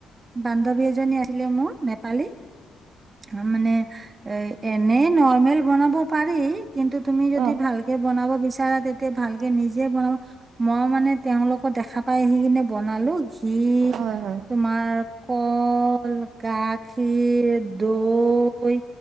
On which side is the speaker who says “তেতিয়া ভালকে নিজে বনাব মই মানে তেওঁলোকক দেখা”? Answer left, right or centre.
Right